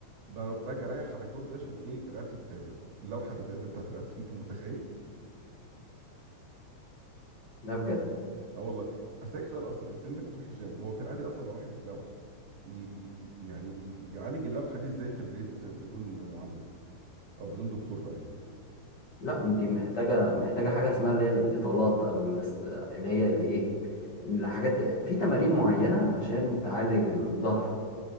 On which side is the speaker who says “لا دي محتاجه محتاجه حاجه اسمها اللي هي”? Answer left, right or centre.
Left